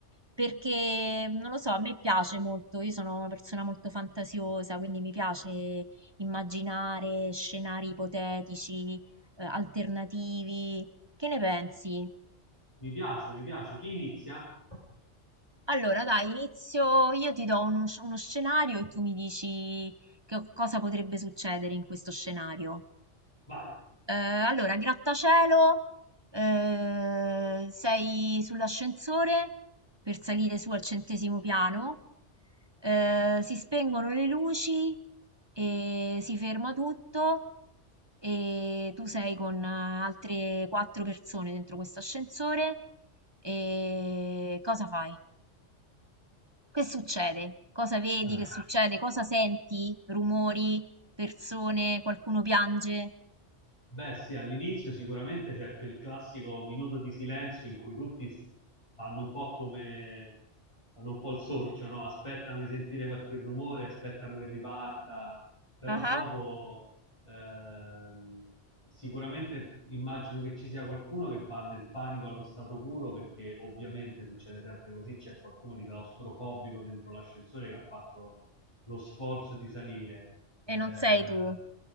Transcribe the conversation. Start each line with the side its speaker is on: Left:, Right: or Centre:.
Right: perché non lo so, a me piace molto, io sono una persona molto fantasiosa, quindi mi piace immaginare scenari ipotetici, eh, alternativi. Che ne pensi?
Left: mi piace, mi piace, chi inizia?
Right: Allora, dai, inizio, io ti do uno, sc- uno scenario e tu mi dici che cosa potrebbe succedere in questo scenario.
Left: Vai!
Right: Eh, allora, grattacielo, eh, sei sull'ascensore per salire su al centesimo piano, eh, si spengono le luci e si ferma tutto e tu sei con eh, altre quattro persone dentro questo ascensore e cosa fai? Che succede? Cosa vedi?
Left: Eh,
Right: Che succede? Cosa senti? Rumori, persone, qualcuno piange?
Left: Beh, sì, all'inizio sicuramente c'è quel classico minuto di silenzio in cui tutti s- fanno un po' come fanno un po' il sorcio, no? Aspettano di sentire qualche rumore, aspettano che riparta, però
Right: Ah,
Left: dopo ehm, sicuramente immagino che ci sia qualcuno che va nel panico allo stato puro perché ovviamente succede sempre così, c'è qualcuno di claustrofobico dentro l'ascensore che ha fatto lo sforzo di salire eh,
Right: E non sei tu.